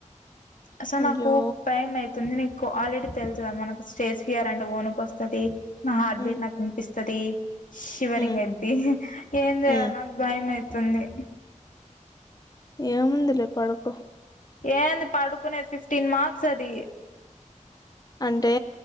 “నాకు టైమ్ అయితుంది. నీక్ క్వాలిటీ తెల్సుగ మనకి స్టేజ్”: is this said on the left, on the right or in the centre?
Left